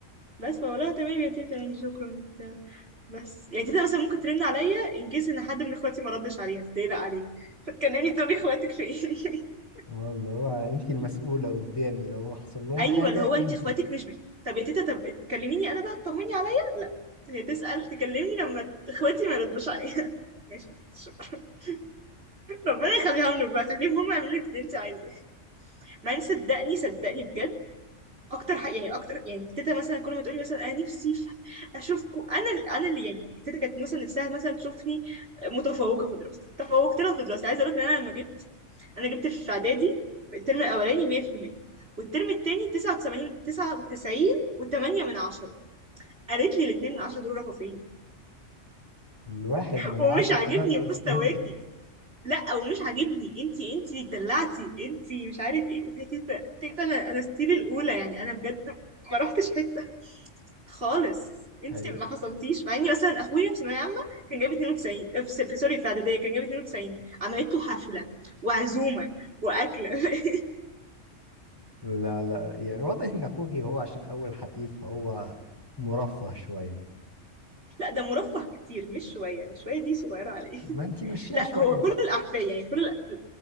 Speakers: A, on the right; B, on the left.
A: بس فولا تمام يا تيتا يعني شكرا بتاع. بس يعني تيتا مثلا ممكن ترن عليا ان كيس ان حد من اخواتي ما ردش عليها فتقلق عليه فتكلمني تقولي اخواتك فين <laughs>
B: اه اللي هو انت المسؤولة قدامي لو حصل لهم
A: ايوه
B: حاجة
A: اللي هو انت
B: انت
A: اخواتك
B: <laughs>
A: مش بي... طب يا تيتا طب تكلميني انا بقى تطمني عليا لا هي تسأل تكلمني لما اخواتي ما يردوش عليها <laughs> طب ماشي يا تيتا شكرا <laughs> ربنا يخليهم لك بقى خليهم هم يعملوا لك اللي انت عايزاه ما صدقني صدقني بجد اكتر حق يعني اكتر يعني تيتا مثلا كل ما تقولي مثلا انا نفسي ف- اشوفكم انا انا اللي يعني تيتا كانت مثلا نفسها مثلا تشوفني متفوقه في دراستي تفوقت لها في دراستي عايزه اقول لك ان انا لما جبت انا جبت في اعدادي في الترم الاولاني 100% والترم التاني 89 99 و8 من 10 قالت لي الاتنين من 10 دول راحوا فين
B: الواحد
A: <laughs>
B: من
A: ومش
B: عشرة
A: عاجبني
B: ده ستيفي
A: مستواكي لا ومش عاجبني انتي انتي اللي اتدلعتي انتي مش عارف ايه قلت لها تيتا تيتا انا انا ستيل الاولى يعني انا بجد ما رحتش حته خالص انت
B: ايوه
A: ما حصلتيش مع اني مثلا اخويا في ثانويه عامه كان جايب 92 في في- سوري في اعداديه كان جايب 92 عملت له حفله وعزومه واكله <laughs>
B: لا لا يعني واضح ان اخوك هو عشان اول حفيد فهو مرفه شوية
A: لا ده مرفه كتير مش شويه وشويه دي صغيره عليه
B: ما
A: <laughs>
B: انت مشيها
A: لا
B: شوية
A: هو كل
B: بقى
A: الاحفاد يعني كل الأ-